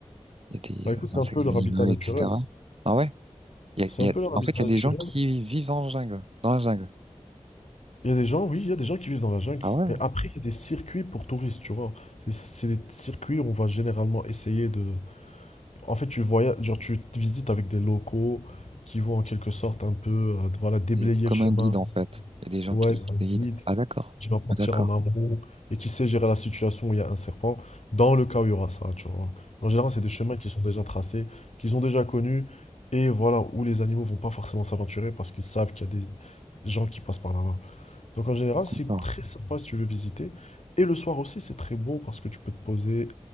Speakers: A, on the right; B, on the left.
A: il y a des,
B: Bah écoute,
A: euh,
B: c'est
A: insectes
B: un peu leur
A: venimeux,
B: habitat naturel.
A: etc. Ah ouais? Il y a,
B: C'est
A: il
B: un
A: y
B: peu
A: a-
B: leur
A: en
B: habitat
A: fait, il y
B: naturel,
A: a des gens qui vivent en jungle, dans la jungle.
B: Il y a des gens, oui, il y a des gens qui vivent dans la jungle.
A: Ah ouais?
B: Et après, il y a des circuits pour touristes, tu vois. C'est c'est des circuits où on va généralement essayer de... En fait, tu voyages, genre, tu te visites avec des locaux qui vont en quelque sorte un peu, euh, voilà, déblayer
A: Et C'est comme
B: le chemin.
A: un guide en fait. Il y a des gens
B: Ouais,
A: qui,
B: c'est
A: qui
B: un
A: te guident.
B: guide
A: Ah d'accord.
B: qui va partir
A: Ah d'accord.
B: en amont et qui sait gérer la situation où il y a un serpent, dans le cas où il y aura ça, tu vois. En général, c'est des chemins qui sont déjà tracés, qu'ils ont déjà connus, et voilà, où les animaux vont pas forcément s'aventurer parce qu'ils savent qu'il y a des gens qui passent par là-bas. Donc en général, c'est
A: D'accord.
B: très sympa si tu veux visiter. Et le soir aussi, c'est très beau parce que tu peux te poser.